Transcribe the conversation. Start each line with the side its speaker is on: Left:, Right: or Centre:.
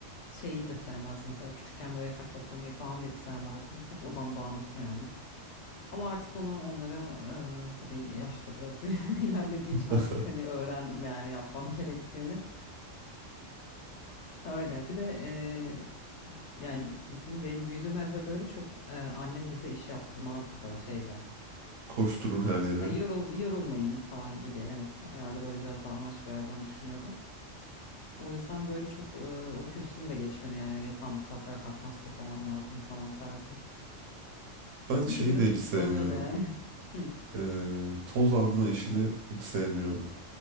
Left: şeyi de sevmezdim mesela küçükken böyle yatak toplamayı falan da hiç sevmezdim. Hep odam dağınıktı yani. Ama artık onu onlara e, tabii yaşta biraz büyü- <laughs> ilerlediği için
Right: <laughs>
Left: artık hani öğrendim yani yapmam gerektiğini. <laughs> Öyle. Bir de e, yani bizim benim büyüdüğüm evde böyle çok e, annem bize iş yaptırmazdı böyle şeyde.
Right: Koşturur her yere.
Left: Hani yorul, yorulmayın falan gibi evet herhalde böyle biraz daha anaç bir yerden düşünüyordu. O yüzden böyle çok e, o kültürüm de gelişmedi yani yatağımı kalkar kalkmaz toplamam lazım falan tarzı.
Right: Ben şeyi
Left: Bir şekilde
Right: de
Left: toplanıyordu
Right: hiç sevmiyorum.
Left: yani. <laughs> Hı.
Right: Ee, toz alma işini hiç sevmiyorum.